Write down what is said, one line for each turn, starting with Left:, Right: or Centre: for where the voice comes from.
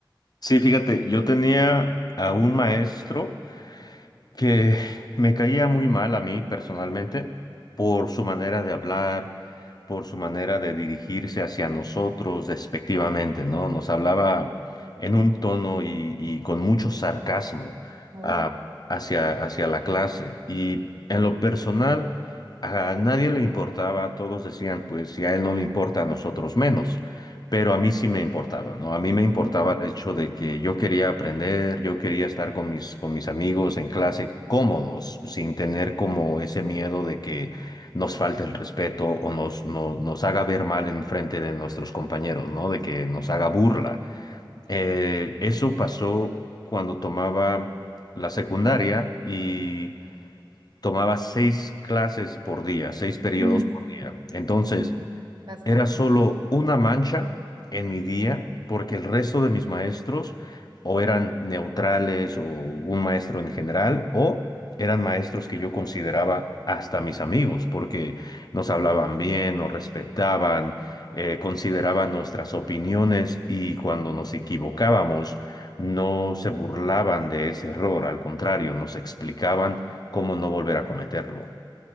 Left: Sí, fíjate, yo tenía a un maestro. que me caía muy mal a mí personalmente por su manera de hablar, por su manera de dirigirse hacia nosotros despectivamente, ¿no? Nos hablaba en un tono y, y con mucho sarcasmo
Right: Oh.
Left: ah, hacia, hacia la clase. Y en lo personal, a nadie le importaba, todos decían, pues si a él no le importa, a nosotros menos pero a mí sí me importaba, ¿no? A mí me importaba
Right: Ujú.
Left: el hecho de que yo quería aprender, yo quería estar con mis, con mis amigos en clase cómodos, sin tener como ese miedo de que nos falte el respeto o nos, no- nos haga ver mal en frente de nuestros compañeros, ¿no? De que nos haga burla. Eh, eso pasó cuando tomaba la secundaria y tomaba seis clases por día, seis periodos
Right: Mm,
Left: por día. Entonces,
Right: mm, Bastante.
Left: era solo una mancha en mi día, porque el resto de mis maestros o eran neutrales o un maestro en general, o eran maestros que yo consideraba hasta mis amigos, porque nos hablaban bien, nos respetaban, eh, consideraban nuestras opiniones y cuando nos equivocábamos no se burlaban de ese error, al contrario, nos explicaban cómo no volver a cometerlo.